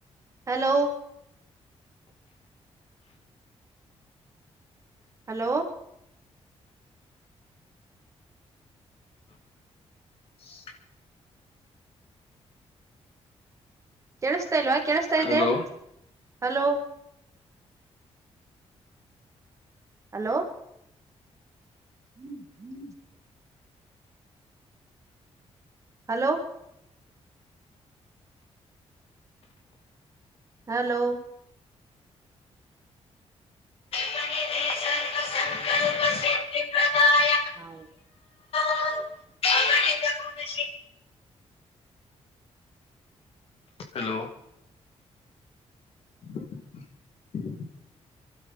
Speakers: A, on the right; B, on the left.
A: ಹಲೋ ಹಲೋ
B: <inaudible>
A: ಕೇಳಿಸಸ್ತಾ ಇಲ್ವಾ ಕೇಳಸ್ತಾ ಇದ್ದೆ
B: ಹಲೋ
A: ಹಲೋ ಹಲೋ ಹ್ಮ್ ಹ್ಮ್ ಹಲೋ ಹಲೋ
B: ಕ್ಷಿಪಣಿಧಿ ಸರ್ವ ಸಂಕಲ್ಪ <inaudible>
A: ಹಾ
B: <inaudible> ಹಲೋ <inaudible>